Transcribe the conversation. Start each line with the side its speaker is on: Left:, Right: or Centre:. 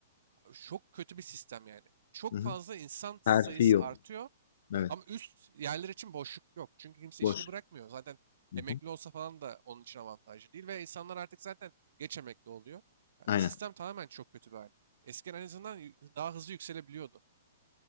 Right: Çok kötü bir sistem yani. Çok
Left: Hı hı.
Right: fazla insan sayısı
Left: Terfi yok.
Right: artıyor
Left: Evet
Right: ama üst yerler için boşluk yok. Çünkü kimse
Left: boş.
Right: işini bırakmıyor. Zaten
Left: Hı
Right: emekli
Left: hı.
Right: olsa falan da onun için avantajlı değil. Ve insanlar artık zaten geç emekli oluyor. Yani
Left: Aynen.
Right: Sistem tamamen çok kötü bir halde. Eskiden en azından y- daha hızlı yükselebiliyordu.